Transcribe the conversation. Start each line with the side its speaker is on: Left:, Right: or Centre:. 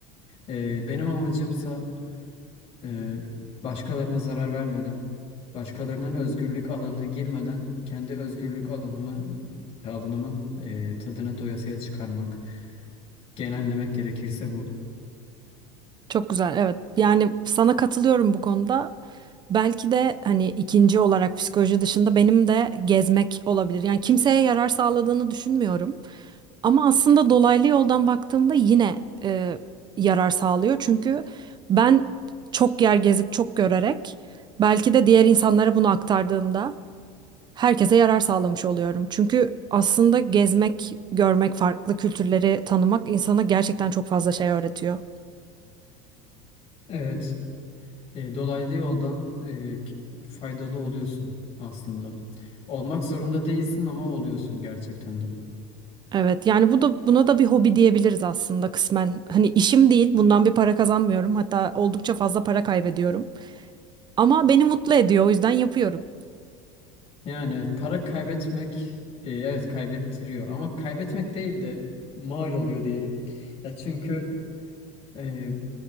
Left: Eee, benim amacımsa eee, başkalarına zarar vermeden, başkalarının özgürlük alanına girmeden kendi özgürlük alanımı alanımın eee, tadını doyasıya çıkarmak. Genellemek gerekirse bu.
Right: Çok güzel, evet. Yani sana katılıyorum bu konuda. Belki de hani ikinci olarak psikoloji dışında benim de gezmek olabilir. Yani kimseye yarar sağladığını düşünmüyorum. Ama aslında dolaylı yoldan baktığımda yine e, yarar sağlıyor. Çünkü ben çok yer gezip çok görerek belki de diğer insanlara bunu aktardığımda herkese yarar sağlamış oluyorum. Çünkü aslında gezmek, görmek, farklı kültürleri tanımak insana gerçekten çok fazla şey öğretiyor.
Left: Evet, E, dolaylı yoldan e, k- faydalı oluyorsun aslında. Olmak zorunda değilsin ama oluyorsun gerçekten de.
Right: Evet yani bu da buna da bir hobi diyebiliriz aslında kısmen. Hani işim değil, bundan bir para kazanmıyorum. Hatta oldukça fazla para kaybediyorum. Ama beni mutlu ediyor, o yüzden yapıyorum.
Left: Yani evet, para kaybetmek e, evet kaybettiriyor ama kaybetmek değil de mal oluyor diyelim. Ya çünkü e,